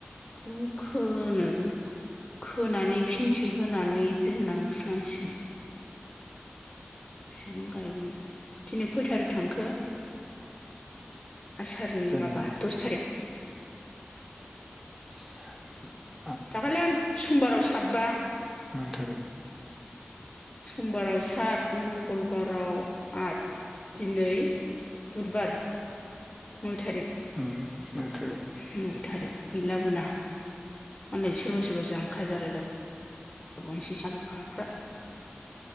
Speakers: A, on the left; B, in the centre.
A: नोंखोनो खोनानै फिनसे होनानै दोननानै फुनांसिगोन सिगाव गायबोनो दिनै खैयथारि थांखो। आसारनि
B: दिनै
A: माबा दस थारिख।
B: <unintelligible>
A: दाखालै आं समबारावसो। सातबा।
B: मा थारिक।
A: समबाराव सात मंगलबाराव आठ दिनै बुधबार नय थारिख।
B: उम। नय थारिख
A: नय थारिख। गैलाबोना मालाय सोरबा सोरबा जांख्रा जालायलायावनोसै आरो हाफ्रा